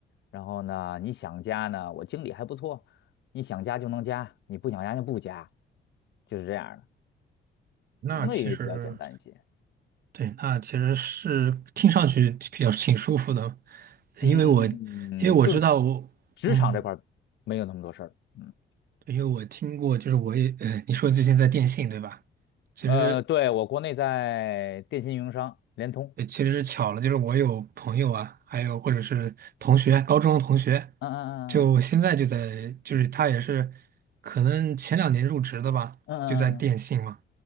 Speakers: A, on the left (about 65°); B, on the right (about 50°).
A: 然后呢，你想加呢，我经理还不错，你想加就能加，你不想加就不加，就是这样儿的，
B: 那其实。
A: 相对于比较简单一些。
B: 对，那其实是听上去比较挺舒服的，
A: 嗯，
B: 因为我因为我知道我嗯，
A: 就是职场这块儿没有那么多事儿。嗯，
B: 对因为我听过，就是我也呃，你说最近在电信对吧？其实
A: 呃，对，我国内在电信运营商联通。
B: 对其实是巧了，就是我有朋友啊，还有或者是同学，高中同学，
A: 嗯嗯嗯
B: 就现在就在就是他也是可能前两年入职的吧，
A: 嗯嗯嗯，
B: 就在电信嘛，